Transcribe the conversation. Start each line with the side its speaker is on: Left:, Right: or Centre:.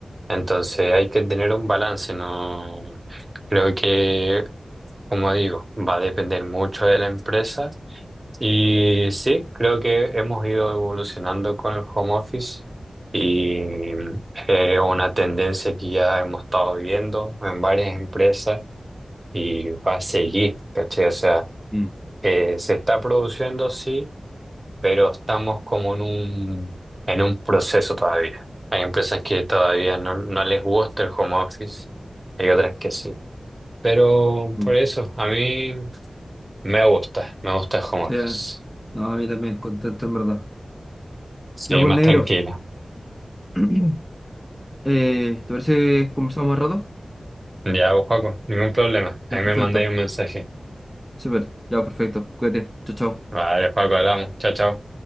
Right: Entonces hay que tener un balance, ¿no? Creo que, como digo, va a depender mucho de la empresa. Y sí, creo que hemos ido evolucionando con el home office y mm, es una tendencia que ya hemos estado viendo en varias empresas y va a seguir, ¿cachai? O sea,
Centre: Mm.
Right: eh, se está produciendo, sí pero estamos como en un, en un proceso todavía. Hay empresas que todavía no, no les gusta el home office, hay otras que sí. Pero
Centre: Mm.
Right: por eso, a mí me gusta, me gusta el home
Centre: Sí,
Right: office.
Centre: no, a mí también contento en verdad.
Right: Sí,
Centre: Ya pues
Right: más
Centre: negro,
Right: tranquila.
Centre: <clears throat> eh, ¿te parece que conversamos más rato?
Right: Ya, pues, Paco, ningún problema. Ahí
Centre: Ya, perfecto.
Right: me mandáis un mensaje.
Centre: Súper, ya, perfecto. Cuídate. Chao, chao.
Right: Vale, Paco, hablamos. Chao, chao.